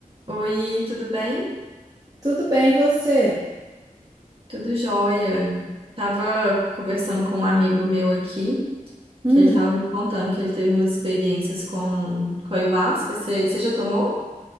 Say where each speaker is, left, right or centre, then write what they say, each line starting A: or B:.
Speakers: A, on the right (about 40°); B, on the right (about 25°).
A: Oi, tudo bem?
B: Tudo bem, você?
A: Tudo jóia. Tava conversando com um amigo meu aqui,
B: Hum,
A: que ele tava me contando que ele teve umas experiências com, com ayahuasca. Você você já tomou?